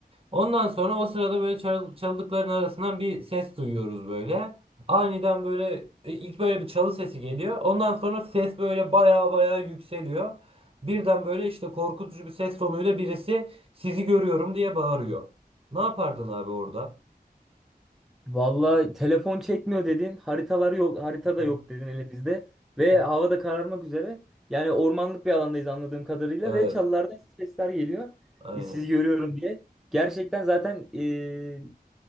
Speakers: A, on the right; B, in the centre.
A: Ondan sonra o sırada böyle çal- çalılıkların arasından bir ses duyuyoruz böyle. Aniden böyle e, ilk böyle bir çalı sesi geliyor. Ondan sonra ses böyle baya baya yükseliyor. Birden böyle işte korkutucu bir ses tonuyla birisi sizi görüyorum diye bağırıyor. Ne yapardın abi orada?
B: Vallahi telefon çekmiyor dedin. Haritalar yok. Harita
A: Hı hı.
B: da yok dedin hele bizde.
A: Hı
B: Ve
A: hı.
B: hava da kararmak üzere. Yani ormanlık bir alandayız anladığım kadarıyla.
A: Evet,
B: Ve çalılardan sesler geliyor.
A: aynen.
B: E, Sizi görüyorum diye. Gerçekten zaten e,